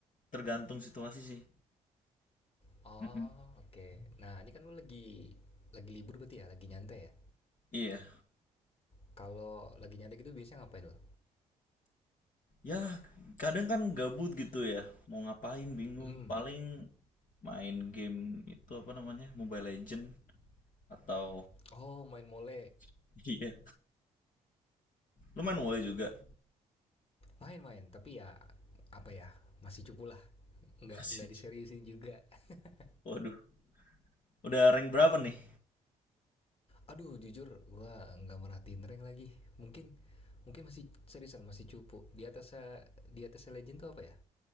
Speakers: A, on the left; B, on the left.
A: tergantung situasi sih.
B: Oh,
A: Mm-mm.
B: oke. Nah, ini kan lu lagi lagi libur berarti ya? Lagi nyantai ya?
A: Iya,
B: Kalau lagi nyantai gitu biasanya ngapain lo?
A: ya kadang kan gabut gitu ya, mau ngapain bingung.
B: Hmm.
A: Paling main game itu apa namanya, Mobile Legend atau
B: Oh, main mole.
A: <laughs> iya, lu main WoW juga
B: Main-main, tapi ya apa ya? Masih cupu lah. Nggak
A: <laughs> masih.
B: nggak diseriusin juga. <laughs>
A: Waduh, udah rank berapa nih?
B: Aduh, jujur gua nggak merhatiin rank lagi. Mungkin mungkin masih seriusan, masih cupu. Di atasnya di atasnya legend tuh apa ya?